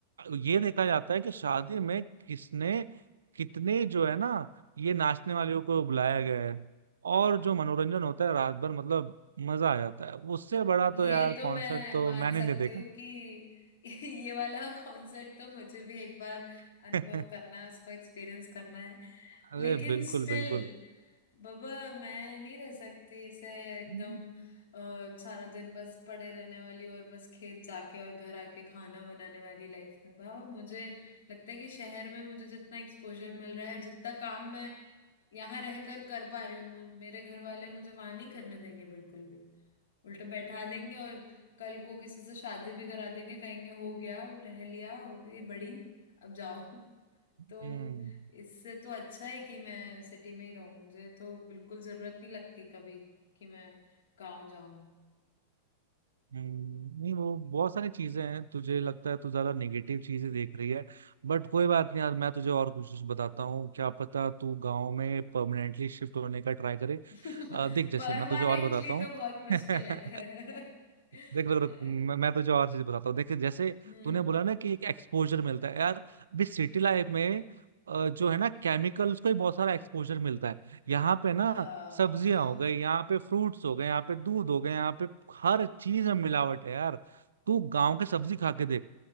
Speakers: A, on the right; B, on the left.
A: ये देखा जाता है कि शादी में किसने कितने जो है ना ये नाचने वालों को बुलाया गया है और जो मनोरंजन होता है रात भर मतलब मजा आ जाता है उससे बड़ा तो
B: ये
A: यार कॉन्सर्ट
B: तो मैं
A: तो
B: मान
A: मैंने
B: सकती
A: नहीं देखा
B: हूँ कि <laughs> ये वाला कॉन्सर्ट तो मुझे भी एक बार
A: <laughs>
B: अनुभव करना है उसको एक्सपीरियंस करना है
A: अरे
B: लेकिन
A: बिल्कुल
B: स्टिल
A: बिल्कुल
B: बाबा मैं नहीं रह सकती ऐसे एकदम
A: हम्म
B: अ, सारा दिन बस पड़े रहने वाली और बस खेत जाके और घर आके खाना बनाने वाली लाइफ में बाबा मुझे लगता है कि शहर में मुझे जितना एक्सपोजर मिल रहा है या जितना काम मैं यहाँ रहकर कर पा रही हूँ मेरे घर वाले मुझे वहां नहीं करने देंगे बिल्कुल भी उल्टा बैठा देंगे और कल को किसी से शादी भी करा देंगे कहेंगे हो गया अब रह लिया हो गई बड़ी अब जाओ <laughs>
A: हम्म
B: तो इससे तो अच्छा है कि मैं सिटी में ही रहूं मुझे तो बिल्कुल जरूरत नहीं लगती कभी कि मैं गांव जाऊं
A: हम्म, नहीं वो बहुत सारी चीजें हैं तुझे लगता है तू ज्यादा नेगेटिव चीजें देख रही है बट कोई बात नहीं यार मैं तुझे और कुछ कुछ बताता हूँ क्या पता तू गांव में परमानेंटली शिफ्ट होने का ट्राई करे
B: <laughs>
A: अ, देख जैसे
B: परमानेंटली
A: मैं तुझे और बताता हूँ
B: तो बहुत मुश्किल
A: <laughs>
B: है <laughs>
A: देख रुक रुक, मैं मैं तुझे और चीज बताता हूँ देख जैसे
B: हम्म
A: तूने बोला ना कि एक एक्सपोजर मिलता है यार अभी सिटी लाइफ में अ, जो है ना केमिकल्स को ही बहुत सारा एक्सपोजर मिलता है यहाँ पे ना
B: आ,
A: सब्जियां हो गई यहाँ पे फ्रूट्स हो गए यहाँ पे दूध हो गए यहाँ पे हर चीज में मिलावट है यार तू गांव के सब्जी खा के देख